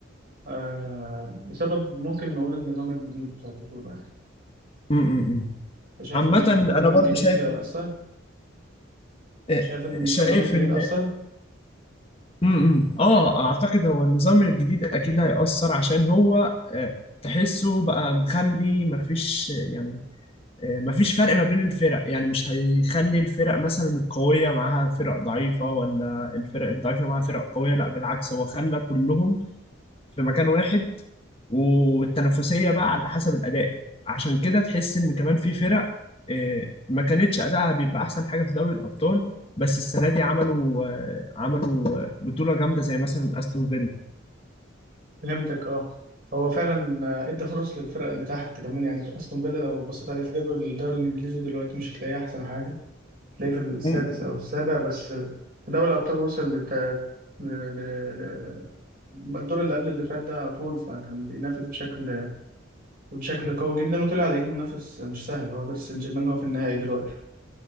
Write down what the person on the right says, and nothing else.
آه بسبب ممكن نقول النظام الجديد بتاع البطولة يعني
أنت شايف
إن النظام
الجديد
ده أثر؟
شايف إن النظام
الجديد
أثر؟
فهمتك أه هو فعلا آه، ادى فرص للفرق اللي تحت كمان يعني أستون فيلا لو بصيت عليه في جدول الدوري الإنجليزي دلوقتي مش هتلاقيه أحسن حاجة تلاقيه في السادس
أو السابع بس في دوري الأبطال وصل لت... ل... ل... ل... الدور اللي قبل اللي فات ده على طول فكان بينافس بشكل بشكل قوي جدا وطلع على إيد منافس مش سهل هو باريس سان جيرمان هو في النهائي دلوقتي